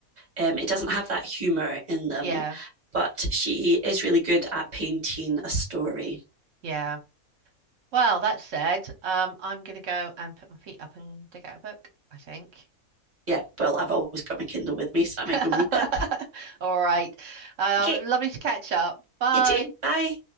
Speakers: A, on the right; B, on the right.
A: Um, it doesn't have that humor in them,
B: yeah,
A: but she is really good at painting a story.
B: yeah. Well, that said, um, I'm gonna go and put my feet up and dig out a book, I think.
A: Yeah, well, I've always got my Kindle with me, so I
B: <laughs>
A: might go and read that.
B: All right. Um,
A: Okay,
B: lovely to catch up. Bye.
A: you too. Bye.